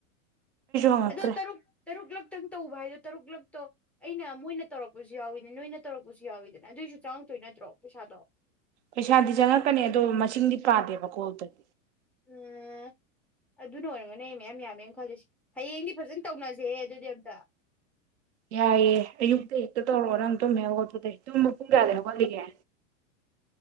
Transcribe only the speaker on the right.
ꯍꯪꯉꯛꯇ꯭ꯔꯦ
ꯄꯩꯁꯥꯗꯤ ꯆꯪꯉꯛꯀꯅꯤ ꯑꯗꯣ ꯃꯁꯤꯡꯗꯤ ꯄꯥꯗꯦꯕꯀꯣꯇꯗꯤ
ꯌꯥꯏꯑꯦ ꯑꯌꯨꯛꯇ ꯍꯦꯛꯇ ꯇꯧꯔꯛꯑꯣ ꯅꯪ ꯇꯨꯝꯃꯦꯦꯠꯄꯗ ꯍꯨꯡꯒꯗꯦ ꯃꯜꯒ